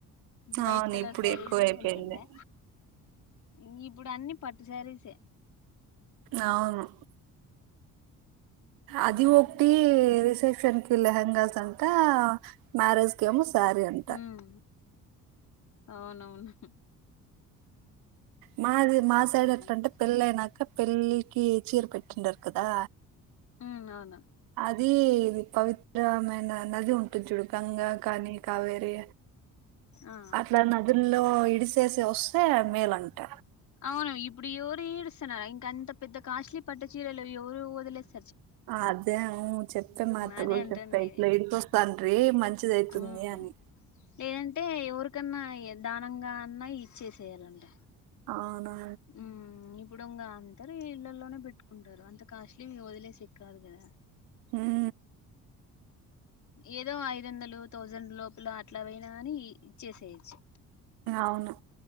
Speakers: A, on the left; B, on the right.
A: వైట్
B: అవును
A: కలర్
B: ఇప్పుడు
A: శారీస్
B: ఎక్కువ అయిపోయింది
A: ఉంటుండే ఇంగ ఇప్పుడు అన్నీ పట్టు సారీస్ ఏ
B: అవును అది
A: ఉమ్
B: ఒటీ ఈ రిసెప్షన్ కి లెహెంగాస్ అంటా మ్యారేజ్ కేమో సారి అంట
A: ఉమ్ అవునవును
B: మాది మా సైడు
A: ఉమ్
B: ఎట్లంటే పెళ్ళి అయినాక పెళ్ళి కీ చీర పెట్టిండారు కదా
A: ఉ అవును
B: అది ఇది పవిత్రమైన నది ఉంటుంది చూడు గంగా కానీ కావేరీ
A: ఆ
B: అట్లా నదుల్లో ఇడిస్ చేసి వస్తే మేలంట
A: అవును ఇ ప్పుడు ఎవరు ఇడుస్తున్నారు ఇంకా అంత పెద్ద కాస్ట్లీ పట్టు చీరలు ఎవరు వదిలేస్
B: అదే చెప్తే మా అత్త
A: అదే
B: కూడా
A: అంటుండేది
B: చెప్పే ఇట్లా ఇ చ వస్తానీ మంచి మంచిదయితుంది
A: ఉమ్
B: అని
A: లేదంటే ఎవరికన్నా ఇగ దానంగా అన్నా ఇచ్చేసేయాలంటే
B: అవునా
A: హ్మ్ ఇప్పుడుంగ అందరు ఇళ్లలోనే పెట్టుకుంటారు అంత కాస్ట్లీ వి వది లేసి కి కాదు కదా
B: హ
A: ఏదో ఐదు వందలు థౌజండ్ లోపల అట్లాపోయినా గాని ఇచ్చేసేయచ్చు
B: అవును